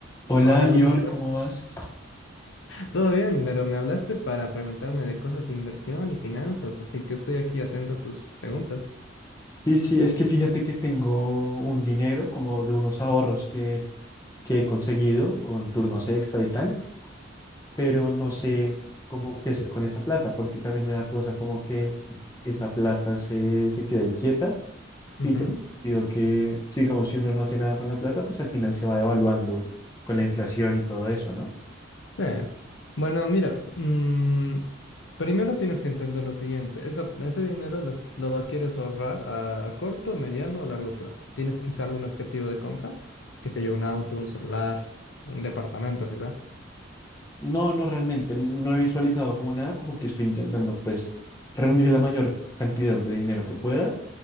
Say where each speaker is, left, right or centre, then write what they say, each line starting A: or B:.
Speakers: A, on the left; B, on the left.
A: Hola,
B: Hola,
A: Lior,
B: ¿cómo estás?
A: ¿cómo vas?
B: Todo bien, pero me hablaste para preguntarme de cosas de inversión y finanzas, así que estoy aquí atento a tus preguntas.
A: Sí, sí, es que fíjate que tengo un dinero como de unos ahorros que, que he conseguido con turnos extra y tal, pero no sé cómo qué hacer con esa plata, porque también me da cosa como que esa plata se, se queda ahí quieta
B: Ujú,
A: y te digo que, sí, digamos, si uno no hace nada con la plata, pues al final se va devaluando con la inflación y todo eso, ¿no?
B: Sí. Bueno, mira, mm, primero tienes que entender lo siguiente, esa- ese dinero lo, es- lo quieres ahorrar a, a corto, mediano o largo plazo. ¿Tienes quizá algún objetivo de compra? Qué sé yo, un auto, un celular, un departamento quizá.
A: No, no, realmente, no he visualizado como nada, como que estoy intentando pues reunir la mayor cantidad de dinero que pueda